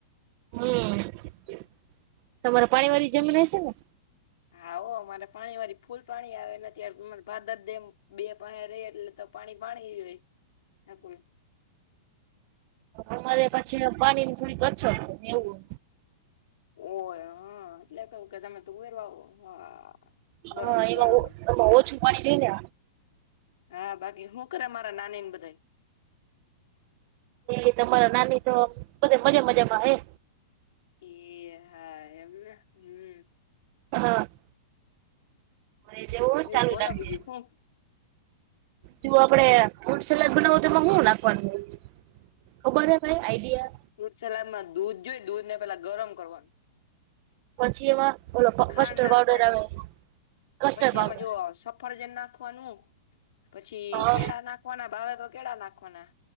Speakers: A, on the right (about 45°); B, on the left (about 70°).
A: હું તમારે પાણી વાળી જમીન હશે ને,?
B: હા હો અમારે પાણી વાળી ફૂલ પાણી આવે ને અમારે ભાદર ડેમ બે પાસે ર એટલે તો પાણી હોય નકરુ,
A: અમારે પાછી પાણીની થોડી અછત એવું,
B: ઓય હા એટલે કુંકે તમે તુવેર વાવો હા, બરોબર
A: હા એઈમાં
B: બરોબર
A: હો છું, લેયને
B: હા બાકી હું કરે મારા નાની ને બધા,?
A: એ તમારા નાની તો બધા મજા મજામાં હે,
B: એહા એમને હું,
A: હા <inaudible> રે જેવું
B: બીજું
A: જ ચાલુ
B: બોલો
A: રાખજે,
B: બીજું શું
A: જો આપડે ફૂડસલાડ બનાવું તો શું નાંખવાનું હોય,? ખબર હે ભાઈ આઈડિયા,?
B: ફ્રૂટ સલાડમાં દૂધ જોઈ દૂધ ને પેલા ગરમ કરવાનું,
A: પછી એમાં,? ઓલો
B: ખાંડ
A: કસ્ટર્ડ
B: નાખવાની.
A: પાવડર આવે કસ્ટર્ડ
B: પછી
A: પાવડર
B: એમાં જો સફરજન નાખવાનું પછી
A: હા
B: કેળા નાખવા નાખવાના ભાવે તો કેળા, નાખવાના